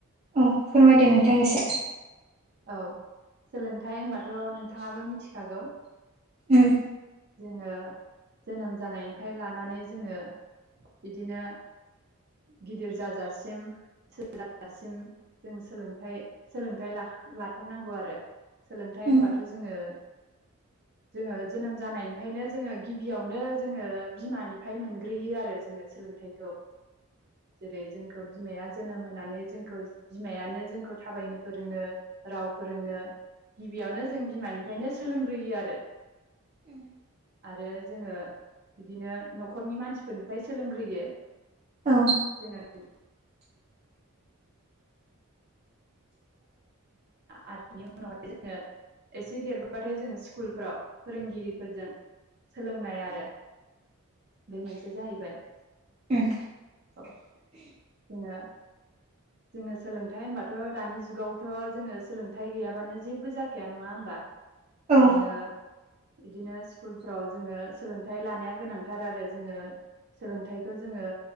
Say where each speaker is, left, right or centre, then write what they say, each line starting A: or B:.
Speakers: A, on the right (about 30°); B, on the right (about 50°).
A: औ फोरमायदो नोंथां इसे।
B: औ सोलोंथाइ होनबाथ' नोंथाङाबो मिथिखागौ।
A: उम
B: जोङो जोनोम जानायनिफ्राय लानानै जोङो इदिनो गिदिर जाजासिम <unintelligible> दासिम जों सोलोंथाइ सोलोंथाइ ला लाथारनांगौ आरो सोलोंथाइ होनबाथ'
A: उम
B: जोङो
A: <inaudible>
B: जोङो जोनोम जानायनिफ्रायनो जोङो गिबियावनो जोङो बिमानिफ्राय मोनग्रोयो आरो जोङो। सोलोंथाइखौ जेरै जोंखौ बिमाया जोनोम होनानै जोंखौ बिमायानो जोंखौ थाबायनो फोरोङो। राव फोरोङो, गिबियावनो जों बिमानिफ्रायनो सोलोंग्रोयो आरो।
A: <inaudible>
B: आरो जोङो बिदिनो न'खरनि मानसिफोरनिफ्राय सोलोंग्रोयो।
A: औ
B: <unintelligible> <unintelligible> आरो बिनि उनावहाय जोङो एसे देरबाबाथाय जों स्कुलफ्राव फोरोंगिरिफोरजों सोलोंनाय आरो बे मोनसे जाहैबाय
A: उम
B: अ जोङो जोङो सोलोंथाइ होनबाथ' दानि जुगावथ' जोङो सोलोंथाइ गैयाबानो जेबो जाखाया नङा होमबा?
A: औ
B: जोङो इदिनो स्कुलफ्राव जोङो सोलोंथाइ लानाया गोनांथार आरो जोङो सोलोंथाइखो जोङो